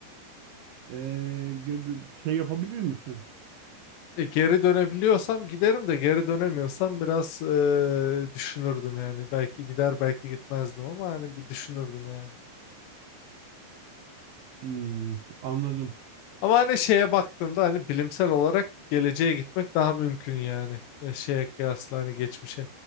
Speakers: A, on the right; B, on the left.
A: eee, gö- gö- şey yapabilir misin?
B: E, geri dönebiliyorsam giderim de geri dönemiyorsam biraz e, düşünürdüm yani. Belki gider belki gitmezdim ama hani bir düşünürdüm yani.
A: Hmm, anladım.
B: Ama hani şeye baktığında hani bilimsel olarak geleceğe gitmek daha mümkün yani. E, şeye kıyasla hani geçmişe.